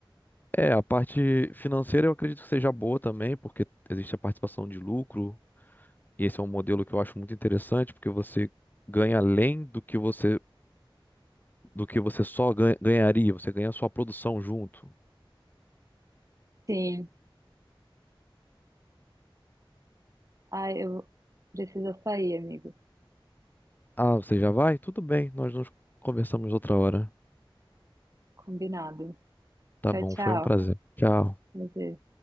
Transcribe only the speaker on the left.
É, a parte financeira eu acredito que seja boa também, porque existe a participação de lucro, e esse é um modelo que eu acho muito interessante, porque você ganha além do que você do que você só ganha- ganharia, você ganha a sua produção junto.
Ah, você já vai? Tudo bem, nós nos conversamos outra hora.
Tá
bom,
foi um prazer. Tchau.